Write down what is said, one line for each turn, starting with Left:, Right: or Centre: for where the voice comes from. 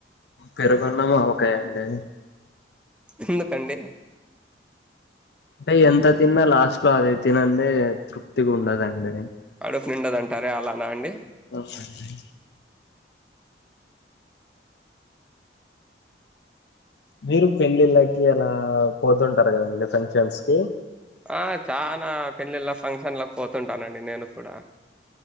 Left: పెరుగు అన్నం ఆవకాయ అండి
Centre: ఎందుకండి
Left: అంటే ఎంత తిన్నా లాస్ట్ లో అదే తినందే తృప్తిగా ఉండదండి
Centre: కడుపు నిండదు అంటారే అలానా అండి
Left: అవును అండి మీరు పెళ్లిండ్లకి అలా పోతుంటారు కదా ఫంక్షన్స్ కి
Centre: ఆ చానా పెళ్లిండ్ల ఫంక్షన్స్లకి పోతుంటానండి నేను కూడా